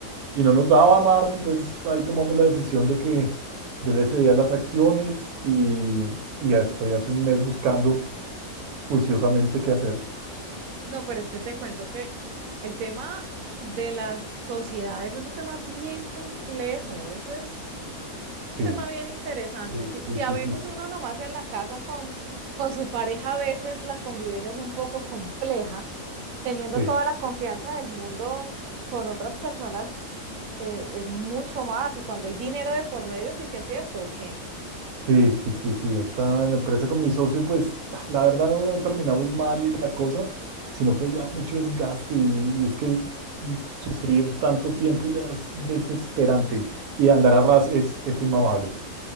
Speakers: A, on the right; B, on the right.
A: y no nos daba más, entonces ahí tomamos la decisión de que yo le cedía las acciones y, y ya estoy hace un mes buscando juiciosamente qué hacer.
B: No, pero es que te cuento que el tema de las sociedades es un tema bien complejo, eso es un
A: Sí,
B: tema bien interesante.
A: sí,
B: Si,
A: sí,
B: si a
A: sí,
B: veces
A: sí,
B: uno nomás en la casa con, con su pareja, a veces la convivencia es un poco compleja, teniendo
A: sí,
B: toda la confianza del mundo con otras personas eh, es mucho más y cuando hay dinero de por medio sí que es cierto, que
A: sí, sí, sí, sí, esta la empresa con mi socio, pues la verdad no terminamos mal y la cosa, sino fue ya mucho desgaste y, y es que es- y sufrir tanto tiempo ya es desesperante y andar a ras es, es inmamable.